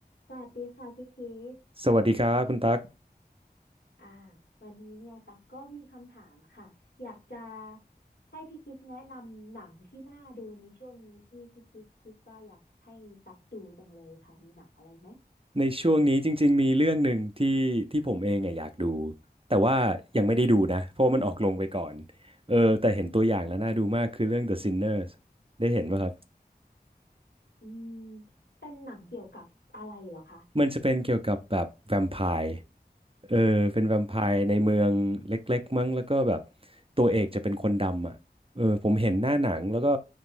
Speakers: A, on the left; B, on the right.
A: สวัสดีค่ะพี่คิด
B: สวัสดีครับคุณตั๊ก
A: อ่าวันนี้เนี่ยตักก็มีคำถามค่ะอยากจะให้พี่คิดแนะนำหนังที่น่าดูในช่วงนี้ที่พี่คิดคิดว่าอยากให้ตักดูจังเลยค่ะมีหนังอะไรไหม
B: ในช่วงนี้จริงๆมีเรื่องหนึ่งที่ที่ผมเองอะอยากดูแต่ว่ายังไม่ได้ดูนะเพราะว่ามันออกลงไปก่อนเออแต่เห็นตัวอย่างแล้วน่าดูมากคือเรื่อง The Sinners ได้เห็นป่ะครับ
A: อืมเป็นหนังเกี่ยวกับอะไรเหรอคะ
B: มันจะเป็นเกี่ยวกับแบบแวมไพร์เออเป็นแวมไพร์ในเมืองเล็กๆมั้งแล้วก็แบบ
A: อืม
B: ตัวเอกจะเป็นคนดำอ่ะเออผมเห็นหน้าหนังแล้วก็